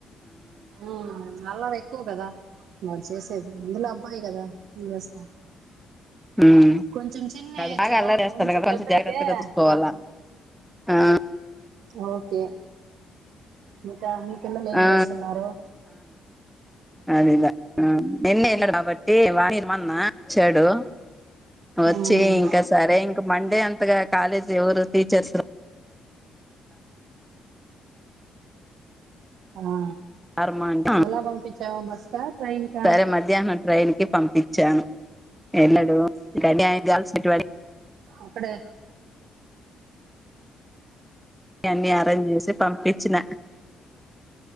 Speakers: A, on the right; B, in the centre.
A: ఊ అల్లరి ఎక్కువ గదా వారు చేసేది అందులో అబ్బాయి గదా ఏం చేస్తాం
B: ఉమ్
A: కొంచెం చిన్న
B: అది
A: ఏజో
B: బాగా అల్లరి చేస్తాడు
A: కొంచెం
B: కదా
A: పెద్దయితే
B: జాగ్రత్తగా చూసుకోవాలా
A: ఆడ్తడు
B: ఆ ఆ
A: ఒకే ఇంకా ని పిల్లలు ఏం
B: ఆ
A: చేస్తున్నారు
B: అది ఇద నిన్న ఎన్ని ఎళ్ళ కాబట్టి ఏ వాన్ని రమన్నా వచ్చాడు వచ్చి
A: ఉమ్
B: ఇంకా సరే ఇక మండే అంతగా కాలేజ్ ఎవరు టీచర్స్
A: ఆ
B: రారమ్మా అంటే
A: ఎలా పంపించవు బస్ కా ట్రైన్ కా
B: సరే మధ్యాహ్నం ట్రైన్ కి పంపించాను వెల్లడు ఇడి ఆయన కాల్సిన వాడి
A: ఒక్కడే
B: అన్నీ అరేంజ్ చేసి పంపించిన